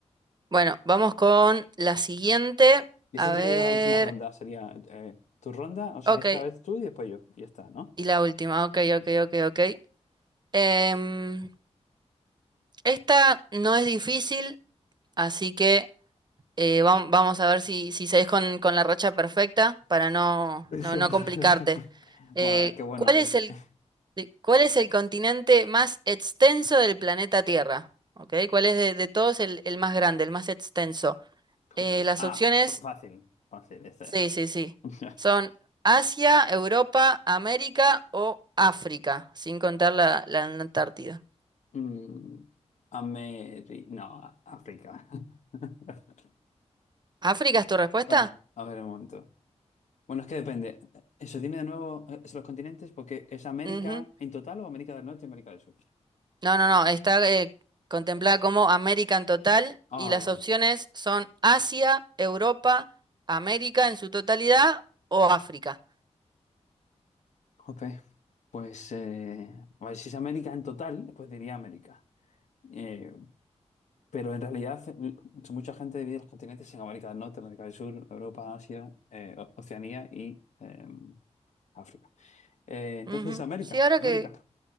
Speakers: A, on the right; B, on the left.
A: Bueno, vamos con la siguiente.
B: Y esa
A: A ver.
B: sería ya la última ronda, sería eh, tu ronda, o sea,
A: Ok.
B: esta vez tú y después yo. Y ya está, ¿no?
A: Y la última. Ok,
B: Eso.
A: ok, ok, ok. Em, esta no es difícil, así que eh, vam- vamos a ver si, si seguís con, con la racha perfecta para no,
B: Decíamos.
A: no, no complicarte.
B: <laughs>
A: Eh,
B: Guau, qué bueno
A: ¿cuál
B: eres.
A: es el,
B: <laughs>
A: de- cuál es el continente más extenso del planeta Tierra? ¿Ok? ¿Cuál es de, de todos el, el más grande, el más extenso?
B: Jope.
A: Eh, las
B: Ah,
A: opciones
B: fa- fácil, fácil, esta
A: Sí,
B: ya lo sé.
A: sí, sí.
B: <laughs> Ya.
A: Son Asia, Europa, América o África, sin contar la, la Antártida.
B: Mm, Ameri... No, a- África. <laughs>
A: ¿África es tu respuesta?
B: Bueno, a ver un momento. Bueno, es que depende. Eso, dime de nuevo eh, los continentes, porque es América
A: Ujú.
B: en total o América del Norte y América del Sur.
A: No, no, no. Está eh, contemplada como América en total
B: Ah,
A: y las
B: vale.
A: opciones son Asia, Europa, América en su totalidad o África.
B: Jope. Pues, eh, a ver, si es América en total, pues diría América. Eh, pero en realidad l- mucha gente divide los continentes en América del Norte, América del Sur, Europa, Asia, eh, O- Oceanía y eh, África. Eh, entonces,
A: Ujú.
B: América,
A: Sí, ahora
B: América.
A: que